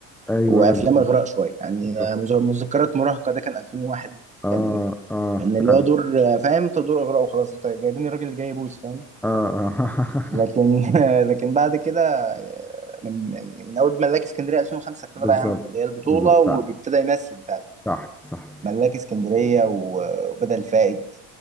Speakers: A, in the centre; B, on the right (about 20°).
A: ايوه
B: وافلام
A: بالظبط
B: اغراء شويه يعني
A: بالظبط
B: آه، مز- مذكرات مراهقه ده كان 2001
A: اه
B: كان
A: اه
B: كان اللي
A: فعلا
B: هو دور آه، فاهم انت دور اغراء وخلاص انت جايبين الراجل اللي جاي يبوس فاهم
A: اه اه <laughs>
B: لكن <laughs> لكن بعد كده آه، من من اول ملاك اسكندريه 2005 ابتدى
A: بالظبط
B: بقى يعمل اللي هي البطوله
A: بالظبط
B: وبيبتدى
A: فعلا
B: يمثل فعلا
A: صح صح
B: ملاك اسكندريه و- وبدل فائد